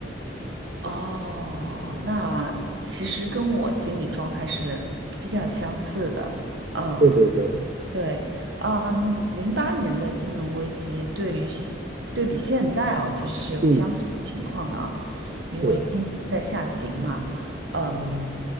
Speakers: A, on the right; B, on the right.
A: 哦，那其实跟我心理状态是比较相似的，嗯。
B: 对对对，
A: 对，嗯，零八年的金融危机对于现对比现在哦，其实是有相似的情况的啊，
B: 嗯，
A: 因为经济在下行嘛，
B: 是
A: 嗯，